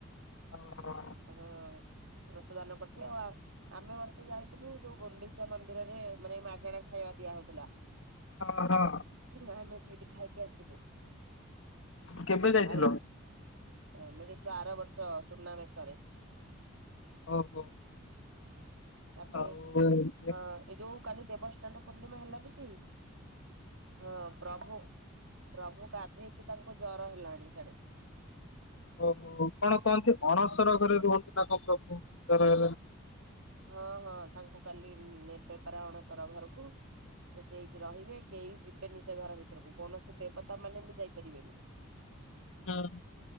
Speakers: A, on the left; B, on the right.
A: ହଁ ହଁ।
B: ହଁ ସମସ୍ତେ ଦାନ କରଥିବେ ଆଉ ଆ ଆମେ ବର୍ଷେ ଯାଇଥିଲୁ ଯୋଉ ଗୁଣ୍ଡିଚା ମନ୍ଦିରରେ ମାନେ ମାଗେଣା ଖାଇବା ଦିଆ ହଉଥିଲା।
A: ହଁ ହଁ।
B: ଆମେ ସେଇଠି ଖାଇକି ଆସିଲୁ
A: କେବେ ଯାଇଥିଲ?
B: ଆଉ। ଆମେ ଯାଇଥିଲୁ ଆର ବର୍ଷ ସୁନାବେେଶରେ।
A: ଓହୋ।
B: ହୁଁ ତାପରେ
A: ଆଉ ଏମିତି
B: ହଁ ଏ ଯୋଉ କାଲି ଦେବ ସ୍ନାନ ପୂର୍ଣ୍ଣିମା ହେଲାନି କି? ହଁ ପ୍ରଭୁ ପ୍ରଭୁ ଗାଧେଇକି ତାଙ୍କୁ ଜ୍ୱର ହେଲାଣି ସେଡେ।
A: ଓହୋ କଣ କହନ୍ତି ଅଣସର ଘରେ ରୁହନ୍ତି ନା କଣ ପ୍ରଭୁ ଚର
B: ହଁ ହଁ ତାଙ୍କୁ କାଲି ନେବେ ପାରା ଅଣସର ଘରକୁ। ସେ ସେଇଠି ରହିବେ କେହି ଯିବେନି ସେ ଘର ଭିତରକୁ କୌଣସି ଦେବତା ମାନେ ବି ଯାଇପାରିବେନି।
A: <inaudible> ହଁ।